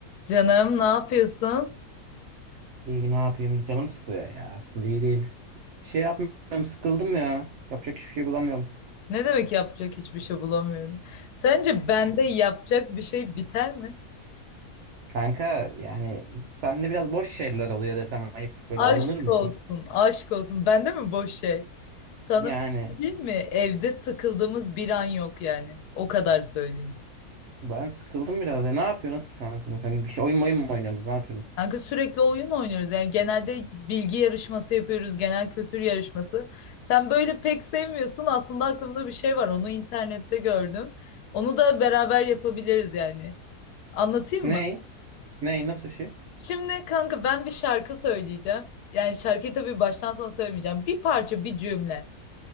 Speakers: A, on the left; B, on the right.
A: Canım ne yapıyorsun?
B: İyi ne yapayım canım sıkılıyor ya aslında iyi değil. Bir şey yapmıyorum sıkıldım ya. Yapacak hiçbir şey bulamıyorum.
A: Ne demek yapacak hiçbir şey bulamıyorum. Sence bende yapacak bir şey biter mi?
B: Kanka yani sende biraz boş şeyler oluyor desem ayıp böyle
A: Aşk
B: alınır mısın?
A: olsun, aşk olsun. Bende mi boş şey? Sana
B: Yani
A: bir şey diyeyim mi? Evde sıkıldığımız bir an yok yani. O kadar söyleyeyim.
B: ben sıkıldım biraz ya. Ne yapıyorsunuz ki kanka mesela bir şey oyun oyun mu oynuyorsunuz ne yapıyorsunuz?
A: Kanka sürekli oyun oynuyoruz. Yani genelde bilgi yarışması yapıyoruz, genel kültür yarışması. Sen böyle pek sevmiyorsun. Aslında aklımda bir şey var. Onu internette gördüm. Onu da beraber yapabiliriz yani. Anlatayım
B: Ney?
A: mı?
B: Ney nasıl bir şey?
A: Şimdi kanka ben bir şarkı söyleyeceğim. Yani şarkıyı tabii baştan sona söylemeyeceğim. Bir parça, bir cümle.